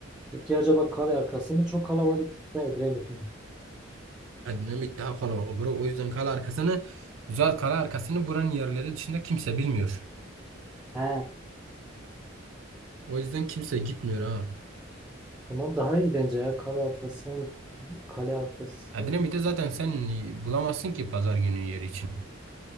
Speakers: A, in the centre; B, on the right.
A: Peki acaba kale arkası mı çok kalabalık yoksa Edremit mi?
B: Edremit daha kalabalık bura. O yüzden kale arkasını güzel kale arkasını buranın yerleri dışında kimse bilmiyor.
A: He.
B: O yüzden kimse gitmiyor ha.
A: Tamam daha iyi bence ya. Kale arkası, kale arkası.
B: Edremit'e zaten sen bulamazsın ki pazar günü yer için.